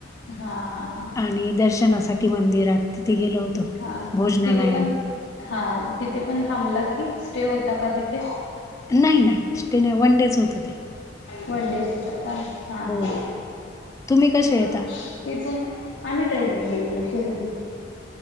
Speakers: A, on the left; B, on the left.
A: हा हा हा
B: आणि दर्शन साठी मंदिरात तिथे गेलो होतो.
A: हा
B: भोजनालयात
A: तिथे पण हा तिथे पण थांबला की स्टे होता का तिथे.
B: नाही नाही. नाही वन डेच होतं ते
A: वन डेच होता काय हा
B: हो
A: हा
B: तुम्ही कसे
A: हा
B: येता
A: तिथून आम्ही ट्रेनने गेलेलो शिर्डी